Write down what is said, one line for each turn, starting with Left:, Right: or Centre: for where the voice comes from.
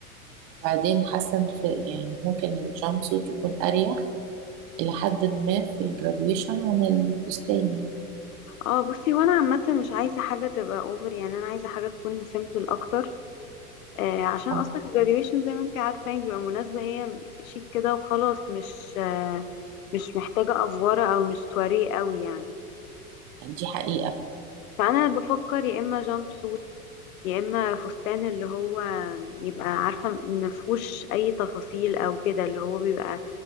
Right: بعدين حاسه إن في يعني ممكن الجامب سوت يكون اريح الى حد ما في الجراديويشن عن الفستاني
Left: اه بصي وانا عامه مش عايزه حاجه تبقى اوفر يعني انا عايزه حاجه تكون سيمبل اكتر آه عشان
Right: اه
Left: اصلا الجراديويشن زي ما انت عارفه هي بيبقى مناسبه هي شيك كده وخلاص مش آه مش محتاجه افوره او مش سواريه قوي يعني
Right: يعني دي حقيقه
Left: فانا بفكر يا اما جامب سوت يا اما فستان اللي هو يبقى عارفه ما فيهوش اي تفاصيل او كده اللي هو بيبقى